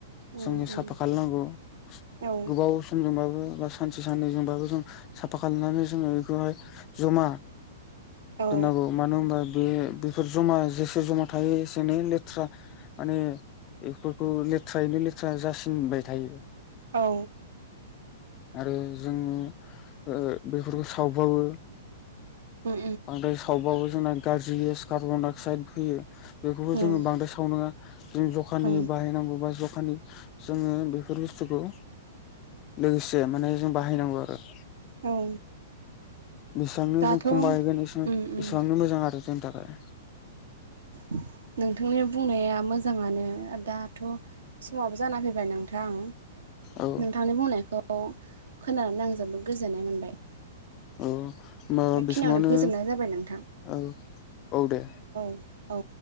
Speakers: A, on the right; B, on the left.
A: उम
B: जोंनि
A: उम
B: साफा खालामनांगौ
A: औ
B: गोबाव समजोंबाबो बा सानसे साननै जोंबाबो जों साफा खालामनानै जोङो बेखौहाय जमा
A: औ
B: दोनांगौ मानो होनबा बे बेफोर जमा जेसे जमा थायो एसेनो लेथ्रा माने बेफोरखौ लेथ्रायैनो लेथ्रा जासिनबाय थायो।
A: औ
B: आरो जोङो ओ बेफोरखौ सावबाबो
A: उम
B: बांद्राय सावबाबो जोंना गाज्रि गेस कार्बनडाइ अक्साइड फैयो। बेखौबो
A: उम
B: जोङो बांद्राय सावनाङा जों जखानि
A: औ
B: बाहायनांगौ बा जखानि जोङो बेफोर बुस्थुखौ लोगोसे माने जों बाहायनांगौ आरो
A: औ
B: जेसांनो
A: दाथ'
B: जों
A: उम
B: खम बाहायगोन एसां
A: उम
B: एसेबांनो मोजां आरो जोंनि थाखाय
A: <inaudible> नोंथांनि बुंनाया मोजाङानो दाथ' समाबो जाना फैबाय नोंथां
B: औ
A: नोंथांनि बुंनायखौ खोनानानै आं जोबोद गोजोननाय मोनबाय
B: औ होमबा
A: बेखिनियावनो
B: बे समावनो
A: फोजोबनाय जाबाय नोंथां
B: औ औ दे
A: औ औ